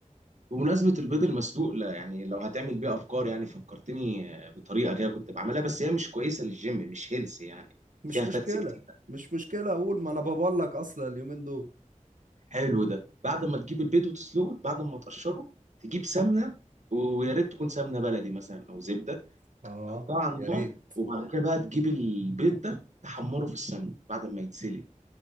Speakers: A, on the right; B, on the right.
A: وبمناسبة البيض المسلوق لا يعني لو هتعمل بيه أفكار يعني فكرتني آه، بطريقة كده كنت بعملها بس هي مش كويسة للجيم مش هيلثي يعني
B: مش
A: فيها فاتس
B: مشكلة
A: كتير
B: مش مشكلة أقول ما أنا بقول لك أصلا اليومين دول
A: حلو ده بعد ما تجيب البيض وتسلقه بعد ما تقشره تجيب سمنة و- ويا ريت تكون سمنة بلدي مثلا أو زبدة
B: اه
A: تحطها على
B: يا
A: النار
B: ريت
A: وبعد كده بقى تجيب البيض ده تحمره في السمنه بعد ما يتسلق